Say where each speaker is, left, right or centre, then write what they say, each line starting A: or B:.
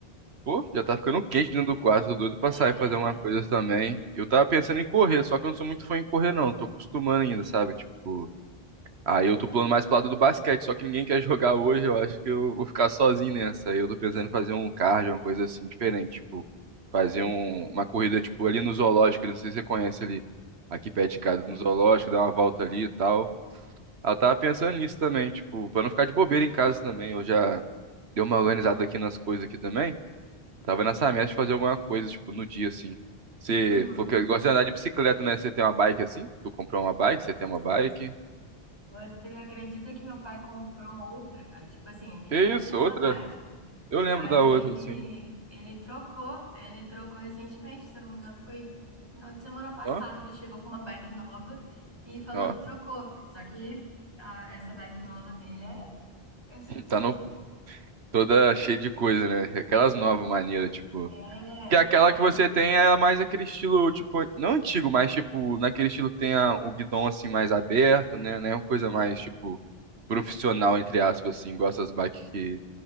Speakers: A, on the right; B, on the right.
A: Pô, já tá ficando quente dentro do quarto, tô doido pra
B: é,
A: sair fazer uma
B: ué.
A: coisa também. Eu tava pensando em correr, só que eu não sou muito fã em correr, não. Tô acostumando ainda, sabe? Tipo, aí eu tô pulando mais pro lado do basquete, só que ninguém quer <laughs> jogar hoje, eu acho que eu vou ficar sozinho nessa. Aí eu tô pensando em fazer um cardio, uma coisa assim diferente, tipo, fazer um- uma corrida, tipo, ali no zoológico, não sei se você conhece ali, aqui perto de casa, no zoológico, dar uma volta ali e tal. Aí Eu tava pensando nisso também, tipo, pra não ficar de bobeira em casa também. Eu já dei uma organizada aqui nas coisas aqui também. Eu tava nessa meta de fazer alguma coisa, tipo, no dia, assim. Você
B: Uhum.
A: falou que gosta de andar de bicicleta, né? Você tem uma bike assim? Tu comprou uma bike, você tem uma bike.
B: Você acredita que meu pai comprou outra? Ah, Tipo assim, a gente
A: Que
B: já tinha
A: isso,
B: uma
A: outra?
B: bike.
A: Eu lembro
B: Aí
A: da outra,
B: ele
A: assim.
B: ele trocou, ele trocou recentemente, se eu não me engano, foi final de semana passada.
A: Ó,
B: Ele chegou com uma bike nova e falou
A: ó.
B: que trocou. Só que a- essa bike nova dele é, é sinistra.
A: Tá no, toda cheia de coisa, né? Aquelas novas maneiras, tipo.
B: É,
A: Que aquela
B: é
A: que
B: de...
A: você tem é mais aquele estilo, tipo, não antigo, mas tipo, naquele estilo que tem a- o guidão assim mais aberto, né? né uma coisa mais, tipo, profissional, entre aspas, assim, igual essas bikes que,